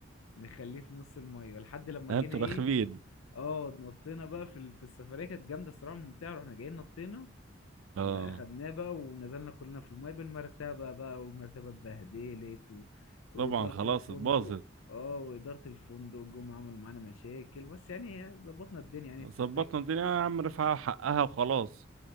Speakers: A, on the left; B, on the right.
A: نخليه في نص الميه لحد لما
B: انتوا
A: جينا ايه
B: رخمين
A: اه نطينا بقى في ال- في السفريه كانت جامده الصراحه ممتعه رحنا جايين نطينا
B: اه
A: واخدناه بقى ونزلنا كلنا في الميه بالمرتبه بقى والمرتبه اتبهدلت و... واداره
B: طبعا خلاص
A: الفندق
B: اتباظت
A: اه واداره الفندق جم عملوا معانا مشاكل بس يعني ظبطنا الدنيا يعني السفريه
B: ظبطنا الدنيا يا عم رفعها حقها وخلاص